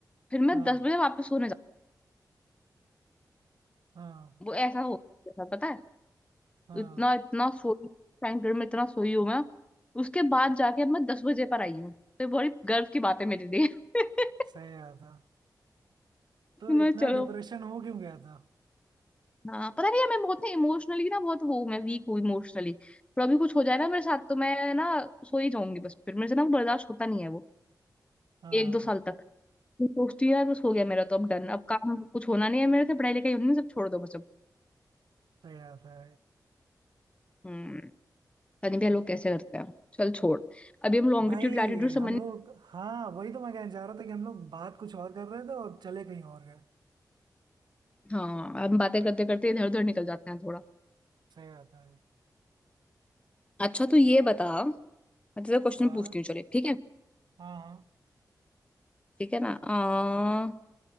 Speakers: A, on the left; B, on the right.
A: फिर मैं
B: हाँ
A: दस बजे वापस सोने
B: हाँ
A: जाती वो ऐसा हो गया था, पता है
B: हाँ
A: इतना इतना सोई टाइम पीरियड में इतना सोई हूँ मैं उसके बाद जाके अब मैं दस बजे पर आई हूँ तो ये बड़ी गर्व की बात है मेरे लिए <laughs>
B: सही बात है तो
A: मैं
B: इतना
A: चलो
B: डिप्रेशन हो क्यों गया था
A: हाँ पता नहीं है, मैं बहुत ना इमोशनली ना बहुत वो हूँ, मैं वीक हूँ इमोशनली पर अभी कुछ हो जाए ना मेरे साथ तो मैं ना सो ही जाऊंगी बस फिर मेरे से ना वो बर्दाश्त होता नहीं है वो
B: हाँ
A: एक दो साल तक फिर सोचती हूँ, यार बस हो गया मेरा तो अब डन अब काम कुछ होना नहीं है मेरे से पढ़ाई लिखाई होनी नहीं सब छोड़ दो बस अब
B: सही बात है
A: हम्म पता नहीं भैया लोग कैसे करते हैं चल छोड़ अभी हम लॉन्गिट्यूड
B: भाई
A: लैटिट्यूड समझ
B: हम लोग हाँ वही तो मैं कहना चाह रहा था कि हम लोग बात कुछ और कर रहे थे और चले कहीं और गए
A: हाँ हम बातें करते करते इधर उधर निकल जाते हैं थोड़ा
B: सही बात है भाई।
A: अच्छा तो ये बता मैं तुझसे क्वेश्चन
B: हाँ
A: पूछती हूँ चले ठीक है
B: हाँ हाँ
A: ठीक है ना आ,